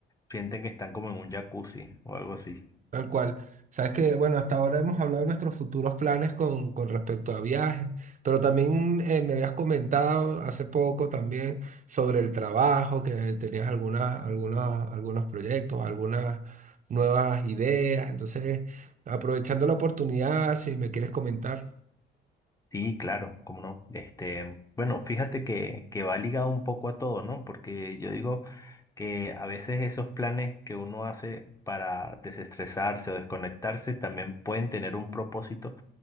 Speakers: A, on the left; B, on the right.
A: sienten que están como en un jacuzzi o algo así.
B: Tal cual. Sabes que, bueno, hasta ahora hemos hablado de nuestros futuros planes con, con respecto a viajes, pero también eh, me habías comentado hace poco también sobre el trabajo, que tenías algunas, algunos, algunos proyectos, algunas nuevas ideas. Entonces, aprovechando la oportunidad, si me quieres comentar.
A: Sí, claro, cómo no. Este, bueno, fíjate que, que va ligado un poco a todo, ¿no? Porque yo digo que a veces esos planes que uno hace para desestresarse o desconectarse también pueden tener un propósito